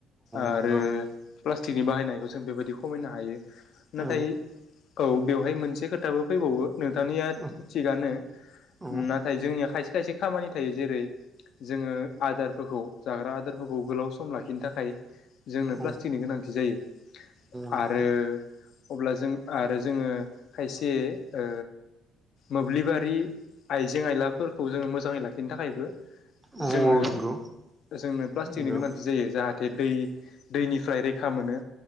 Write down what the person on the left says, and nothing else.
आरो
प्लास्टिकनि बाहायनायखौ जों बेबायदि खमायनो हायो नाथाय
औ बेवहाय मोनसे खोथाबो फैबावो नोंथांनिया
थिगनो
नाथाय जोंनिया खायसे खायसे खामानि थायो जेरै जोङो आदारफोरखौ जाग्रा आदारफोरखौ गोलाव सम लाखिनो थाखाय जोंनो
प्लास्टिकनि गोनांथि जायो
आरो अब्ला जों आरो जोङो खायसे ओ मोब्लिबारि आइजें आयलाफोरखौ जोङो मोजाङै लाखिनो थाखायबो
जोंनो
जोंनो प्लास्टिकनि
गोनांथि जायो जाहाथे जे दै दैनिफ्राय रैखा मोनो